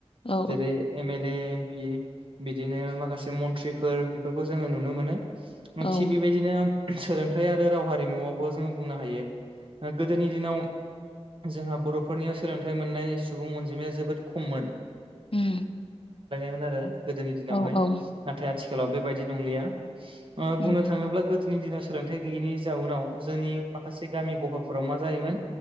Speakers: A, on the left; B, on the right.
A: औ
B: जेरै M L A P A बिदिनो माखासे मन्थ्रिफोर बेफोरखौ जोङो नुनो मोनो ओं
A: औ
B: थिग बिबायदिनो सोलोंथाइ आरो राव हारिमुआवबो जोङो बुंनो हायो ओ गोदोनि दिनाव जोंहा बरफोरनियाव सोलोंथाइ मोननाय सुबुं अनजिमाया जोबोद खममोन
A: उम
B: मोन आरो गोदोनि दिनावहाय
A: औ औ
B: नाथाय आथिखालाव बेबायदि नंलिया ओ बुंनो
A: उम
B: थाङोब्ला दिनैनि दिनाव सोलोंथाइ गैयैनि जाउनाव जोंनि माखासे गामि गफाफोराव मा जायोमोन